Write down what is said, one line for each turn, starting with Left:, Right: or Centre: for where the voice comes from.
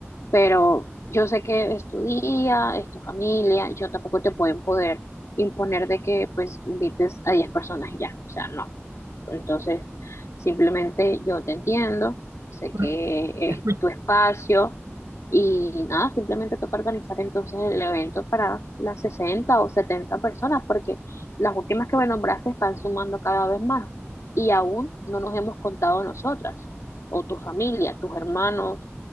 Left: pero yo sé que es tu día, es tu familia, yo tampoco te puedo imponer, imponer de que, pues, invites a 10 personas y ya, o sea, no. Entonces, simplemente yo te entiendo, sé
Right: por
Left: que
Right: qué escuchar?
Left: es tu espacio y nada, simplemente toca organizar entonces el evento para las 60 o 70 personas, porque las últimas que me nombraste están sumando cada vez más y aún no nos hemos contado nosotras, o tu familia, tus hermanos,